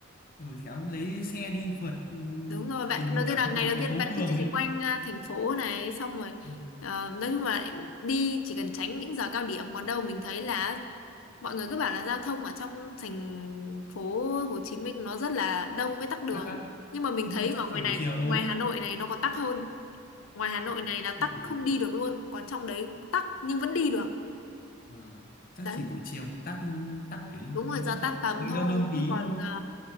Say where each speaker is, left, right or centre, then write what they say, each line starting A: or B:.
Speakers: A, on the left (about 45°); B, on the left (about 80°).
A: ừ khéo lấy xe đi phượt ừ,
B: Đúng rồi, bạn
A: thì mới
B: đầu
A: cảm
B: tiên là
A: nhận
B: ngày
A: được
B: đầu
A: cái
B: tiên
A: phố
B: bạn
A: phường
B: cứ chỉ
A: ấy.
B: quanh à, thành phố này xong rồi
A: Ừ,
B: ờ, nói chung là đi chỉ cần tránh những giờ cao điểm còn đâu mình thấy là mọi người cứ bảo là giao thông ở trong thành phố Hồ Chí Minh nó rất là đông với tắc đường
A: khác lắm
B: nhưng mà mình
A: nhưng
B: thấy
A: mà
B: ở
A: chắc
B: ngoài
A: chỉ buổi
B: này
A: chiều thôi
B: ngoài Hà Nội này nó còn tắc hơn ngoài Hà Nội
A: ờ,
B: này
A: chắc
B: là tắc
A: chỉ buổi
B: không đi được luôn còn trong đấy tắc nhưng vẫn đi được
A: ờ, chắc
B: đấy
A: chỉ buổi chiều thì tắc tắc kiểu như
B: đúng rồi giờ tan tầm
A: hơi
B: thôi
A: đông đông tí
B: chứ còn
A: thôi
B: à,